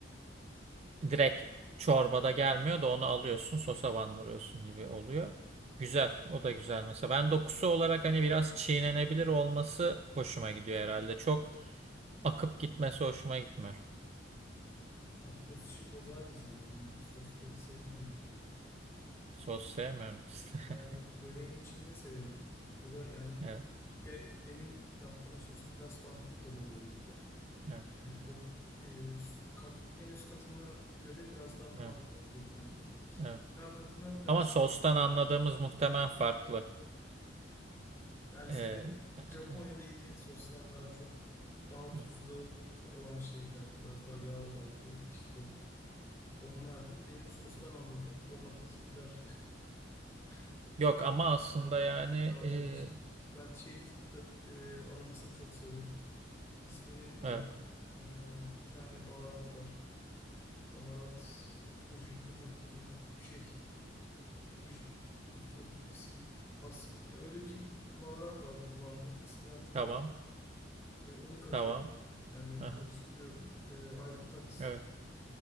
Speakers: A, on the right (about 35°); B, on the left (about 15°).
A: direkt çorbada gelmiyor da onu alıyorsun sosa bandırıyorsun gibi oluyor. Güzel. O da güzel. Mesela ben dokusu olarak hani biraz çiğnenebilir olması hoşuma gidiyor herhalde. Çok akıp gitmesi hoşuma gitmiyor.
B: Ya sos işi bozar bizi ya. Ben sos pek sevmiyorum.
A: Sos sevmiyorum. <laughs>
B: Yani böreğin içinde severim. O da yani
A: Evet,
B: be- benim yaptığım sosta biraz farklılık oluyor börekte.
A: evet,
B: E, O e, kat, en üst katına göre biraz daha farklılık
A: evet,
B: yapıyorum.
A: evet.
B: Her katına biraz
A: Ama sostan
B: daha
A: anladığımız muhtemelen farklı.
B: yani
A: Ee,
B: senin
A: yani
B: Japonya'da
A: evet,
B: yediğin soslar daha çok daha tuzlu
A: evet.
B: olan şeyler, biraz daha yağ odaklı işte onlardır. Benim sostan anladığım domates, biber, <laughs>
A: Yok
B: domates,
A: ama aslında yani
B: yağ
A: ee,
B: karışık. Ben şey de- e, aromasını çok severim. İsmini unut
A: evet
B: Ee, bir tane baharat var. Baharat Fuji, Fuzu, Kuzu şey Bu j- fusu- fusi- as- ya öyle bir baharat var kullandığım. ismini hatırlayamadım.
A: tamam
B: E, onu katıyorum.
A: tamam.
B: Yani
A: Aha,
B: karıştırıyorum. E, ayrı bir tat.
A: evet.